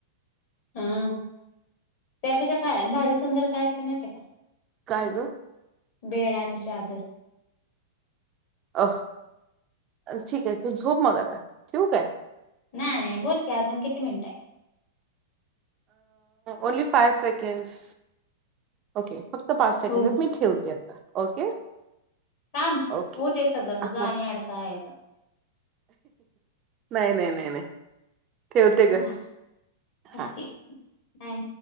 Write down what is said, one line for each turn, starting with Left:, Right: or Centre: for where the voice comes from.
Left: हम्म त्यापेक्षा काय भारी सुंदर काय असते माहीते का
Right: काय ग
Left: बेड आणि चादर-
Right: अ ठीक आहे तू झोप मग आता ठेवू काय आहे
Left: नाही बोलते अजून किती मिनिटं आहे
Right: ओनली फाय सेकंड्स ओके फक्त पाच सेकंड
Left: हो
Right: आहेत मी ठेवते ओके
Left: काम
Right: ओके
Left: हो ते सगळं तुझा
Right: हां
Left: आणि अडथळा यायचा
Right: नाही नाही नाही नाही ठेवते ग
Left: हा
Right: हां
Left: ओके बाय